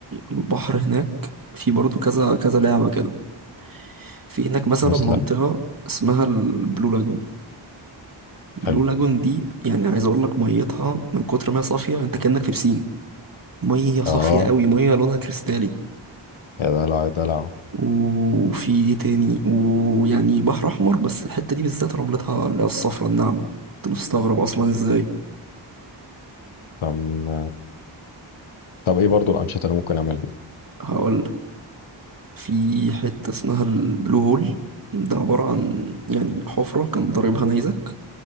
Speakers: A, on the right; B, on the left.
A: البحر هناك في برضه كذا كذا لعبة كده في هناك مثلا
B: مثله
A: منطقة اسمها البلو لاجون البلو
B: حلو
A: لاجون دي يعني عايز اقول لك ميتها من كتر ما هي صافية انت كأنك في بسين مية صافية
B: اه
A: قوي مية لونها كريستالي
B: يا دلع يا دلع
A: وفي ايه تاني ويعني بحر احمر بس الحتة دي بالذات رملتها اللي هي الصفرا الناعمة كنت مستغرب اصلا ازاي
B: طب م، طب ايه برضو الانشطه اللي ممكن اعملها
A: هقول في حتة اسمها البلو هول ده عبارة عن يعني حفرة كان ضاربها نيزك